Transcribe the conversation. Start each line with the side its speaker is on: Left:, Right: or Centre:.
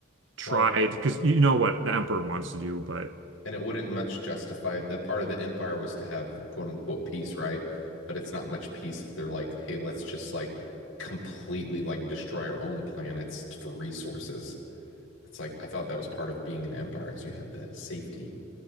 Right: try
Left: Well,
Right: because you know what the Emperor wants to do, but
Left: and it wouldn't much justify that part of the empire was to have quote unquote peace, right? But it's not much peace if they're like, hey, let's just like completely like destroy our own planets t- for resources. It's like I thought that was part of being an empire is you had the safety.